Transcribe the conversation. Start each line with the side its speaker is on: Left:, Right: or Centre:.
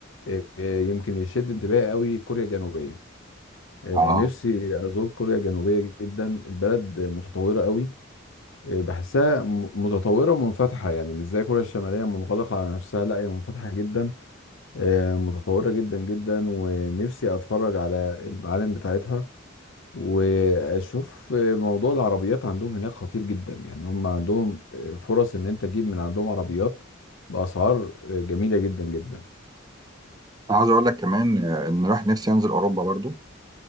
Left: إيه، إيه، يمكن يشد انتباهي قوي كوريا الجنوبية إيه،
Right: اه
Left: نفسي ازور كوريا الجنوبية جدا البلد متطورة قوي إيه، بحسها م- متطورة ومنفتحة يعني مش زي كوريا الشمالية منغلقة على نفسها لا هي منفتحة جدا آه، متطورة جدا جدا ونفسي اتفرج على المعالم بتاعتها واشوف آه، موضوع العربيات عندهم هناك خطير جدا يعني هم عندهم آه، فرص ان انت تجيب من عندهم عربيات باسعار آه، جميلة جدا جدا
Right: انا عاوز اقول لك كمان آه، ان راح نفسي انزل اوروبا برضو